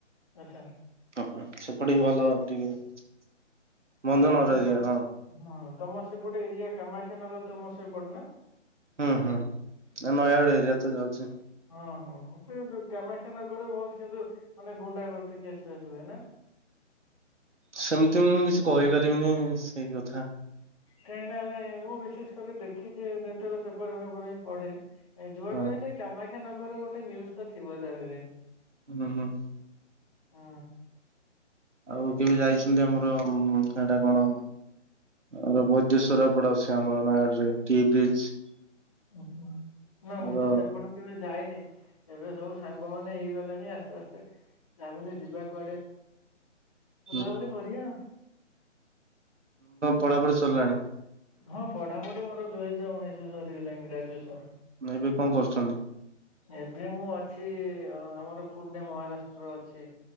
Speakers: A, on the left; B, on the right.
A: ଆଚ୍ଛା।
B: ଓ ହ ସେପଟେ ବି ଭଲ ଟିକେ, ଭଞ୍ଜନଗର
A: ତମ
B: ଏରିଆ
A: ତ
B: ହଁ।
A: ହଁ ତମର ସେପଟେ ଏରିଆ କାମାକ୍ଷାନଗର ତମ ସେପଟ ନା? <unintelligible>
B: ହୁଁ ହୁଁ। ନା ନୟାଗଡ଼
A: ହଁ
B: ଏରିଆ ତ ଯାଉଛି।
A: ହଁ ହଁ। କାମାଖାନଗର ବହୁତ କିନ୍ତୁ ମାନେ ଗୁଣ୍ଡା ଗର୍ଦି କେସ ହଉଥିବା ନା?
B: ସେମିତି ମୁଁ କିଛି କହିପାରିବିନି ସେଇ କଥା।
A: କାହିଁକିନା ନାଇଁ ମୁଁ ବିଶେଷ କରି ଦେଖିଛି, ଯେତେବେଳେ ପେପର ଫେପର ହିଁ ପଢେ। ଏ ଯୁଆଡୁ
B: ହଁ
A: ହେଲେ କାମାଖାନଗର ଗୋଟେ ନ୍ୟୁଜ ତ ଥିବ ତା ଦେହରେ।
B: ହୁଁ ହୁଁ।
A: ହୁଁ।
B: ଆଉ କେବେ ଯାଇଛନ୍ତି ଆମର ସେଟା କଣ ଆର ବୈଦ୍ୟେଶରପଡା ଅଛି ଆମର ନୟାଗଡରେ ଟି ବ୍ରିଜ।
A: ଉ ହୁଁ ନା
B: ଆମର
A: ମୁଁ ତେ ସେପଟେ କେବେ ଯାଇନି ଏବେ ସବୁ ସାଙ୍ଗ ମାନେ ହେଇଗଲେଣି ଆସ୍ତେ ଆସ୍ତେ <unintelligible> ଯିବା କୁଆଡେ।
B: <inaudible>
A: ବୁଲାବୁଲି କରିବା
B: ପଢାପଢି ସରିଲାଣି?
A: ହଁ ପଢାପଢି ମୋର ଦୁଇ ହଜାର ଉଣେଇଶ ସରିଗଲାଣି ଗ୍ରାଜୁଏସନ।
B: ଏବେ କଣ କରୁଛନ୍ତି?
A: ଏବେ ମୁଁ ଅଛି ଆମର ପୁନେ ମହାରାଷ୍ଟ୍ର ଅଛି।